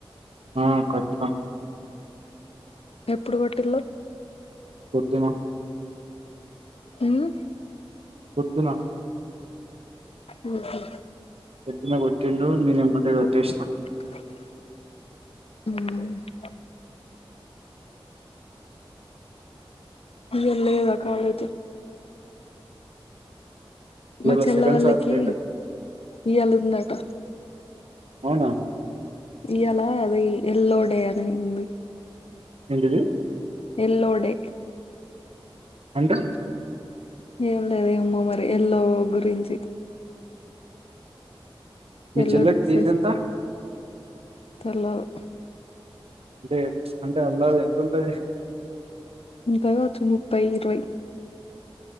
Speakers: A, on the right; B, on the left.
A: ఆ కట్టిన
B: ఎప్పుడు గొట్టిళ్ళు
A: కొట్టిన
B: ఊమ్
A: పొద్దున
B: ఉమ్ హు
A: పొద్దున గొట్టిండు నేనెంబటె కొట్టేస్న
B: ఉమ్ ఇగ ళ్ళేదా కాలేజ్
A: ఇవాళ
B: మా చెల్ల
A: సెకండ్
B: వాళ్ళకి
A: సాటర్డే కదా
B: ఇయాలుందట
A: అవునా
B: ఇయాలా అది ఎల్లో డే అని ఉంది
A: ఎంటిది
B: ఎల్లో డే
A: అంటే
B: ఏముందోది ఏమో మరి ఎల్లో గురించి
A: మీ
B: ఎల్లో
A: చెల్లెకి
B: డ్రెస్సెస్
A: ఫీజ్ ఎంత
B: తెల్వదు
A: అంటే అంటే అందాద ఎంతుంటది
B: ఉంటది గావచ్చు ముప్పై ఇరవై